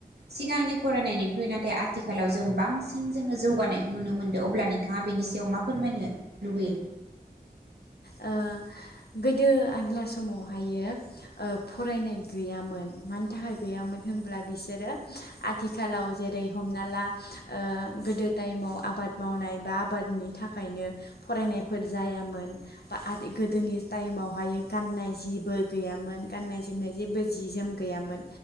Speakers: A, on the right; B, on the left.
A: सिगांनि फरायनायनिख्रुइ नाथाय आथिखालाव जों बांसिन जोङो जौगानायखौ नुनो मोनदों अब्ला नोंथाङा बेनि सायाव मा फोरमायनो लुबैयो
B: ओ गोदो आग्ला समावहायो ओ फरायनाय गैयामोन मानि थाखाय गैयामोन होनब्ला बिसोरो आथिखालाव जेरै हमना ला ओ गोदो टाइमाव आबाद मावनाय बा आबादनि थाखायनो फरायनायफोर जायामोन बा गोदोनि टाइमावहाय गाननाय जेबो गैयामोन गाननाय जोमनाय जेबो जि जोम गैयामोन